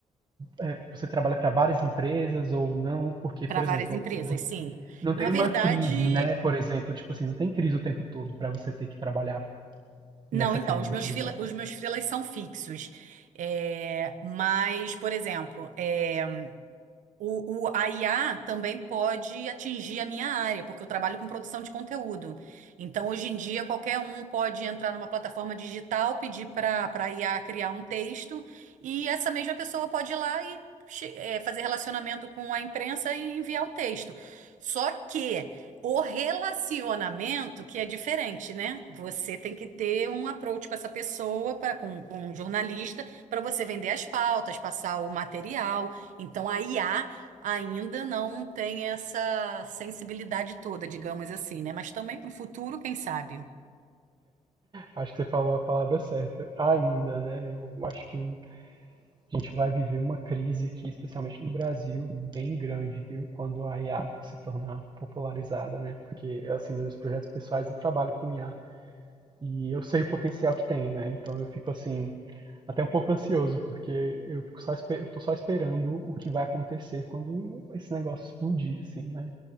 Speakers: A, on the right; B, on the right.
A: é, Você trabalha para várias empresas ou não? Porque,
B: Para
A: por
B: várias
A: exemplo,
B: empresas,
A: um
B: sim.
A: Não tem
B: Na verdade,
A: uma crise, né? Por exemplo, tipo assim, não tem crise o tempo todo pra você ter que trabalhar
B: Não,
A: nessa
B: então,
A: crise,
B: os meus
A: por
B: freela,
A: exemplo.
B: os meus freelas são fixos. É, mas, por exemplo, é, o, o, a IA também pode atingir a minha área, porque eu trabalho com produção de conteúdo. Então, hoje em dia, qualquer um pode entrar numa plataforma digital, pedir para para a IA criar um texto, e essa mesma pessoa pode ir lá e che- é, fazer relacionamento com a imprensa e enviar o texto. Só que o relacionamento que é diferente, né? Você tem que ter um approach com essa pessoa, pra, com, com um jornalista, para você vender as pautas, passar o material. Então, a IA ainda não tem essa sensibilidade toda, digamos assim, né? Mas também para o futuro, quem sabe?
A: Acho que você falou a palavra certa. Ainda, né? Eu acho que a gente vai viver uma crise aqui, especialmente no Brasil, bem grande, viu? Quando a IA se tornar popularizada, né? Porque, assim, nos projetos pessoais eu trabalho com IA e eu sei o potencial que tem, né? Então eu fico assim, até um pouco ansioso, porque eu fico só espe- eu tô só esperando o que vai acontecer quando esse negócio explodir, assim, né?